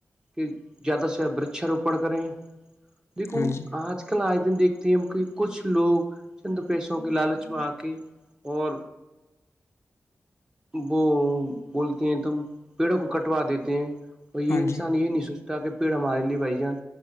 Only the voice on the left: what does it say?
ہاں جی
ہاں
جی